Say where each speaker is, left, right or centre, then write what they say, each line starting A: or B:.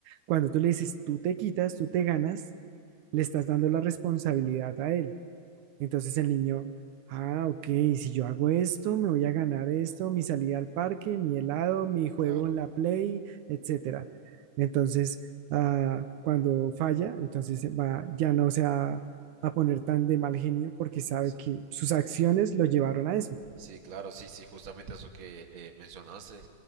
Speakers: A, on the right; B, on the right.
A: cuando tú le dices, tú te quitas, tú te ganas, le estás dando la responsabilidad a él. Entonces el niño, ah, ok, si yo hago esto, me voy a ganar esto, mi salida al parque, mi helado, mi juego
B: claro,
A: en la Play, etcétera. Entonces, ah, cuando falla, entonces va, ya no se va a poner tan de mal genio porque sabe
B: Sí.
A: que sus acciones lo llevaron a eso.
B: Sí, claro, sí, sí, justamente eso que eh, mencionaste,